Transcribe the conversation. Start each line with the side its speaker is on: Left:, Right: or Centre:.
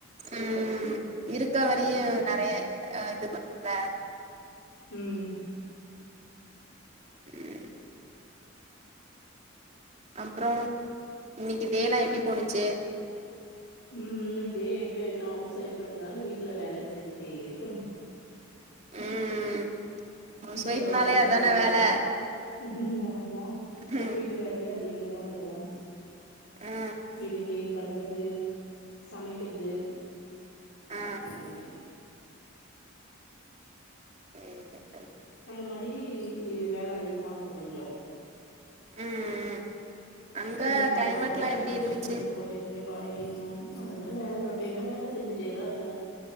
Right: ம் இருக்க வரிய
Left: ம்
Right: நெறைய இது க்குமல்ல
Left: ம்
Right: <inaudible> அப்புறோ இன்னிக்கி டேலா எப்டி போணுச்சு
Left: ம் இன்னிக்கி டே எங்க என்ன ஹவுஸ் வொயிப் பண்றனால வீட்ல வேல செஞ்டே இருக்கணு
Right: ம் ஹவுஸ்
Left: வீட்ல
Right: ஒய்ஃப்னாலே
Left: வேலதா
Right: அதான
Left: அதிகோ
Right: வேல
Left: <unintelligible> ம்மா
Right: ம்
Left: வீட்டு வேலயே அதிகமா இருக்கும்
Right: ஆ
Left: இதுக்கே பண்டது சாமிக் எது
Right: ஆ
Left: அப்டினு
Right: சேரிக்கா
Left: அந்த மாரி வேல அதிகமா இருக்கு கொஞ்சோ
Right: ம் ம் அங்க
Left: துணி போடுறது
Right: கிளைமேட்லா
Left: வாஷிங்
Right: எப்டி
Left: மிஷின்ல
Right: இருந்துச்சு
Left: துணி போட்டு இருந்துக் காய வெக்கணும் அது மாரி ரொட்டீனா வேல செஞ்சுட்டேதா இருக்கோம்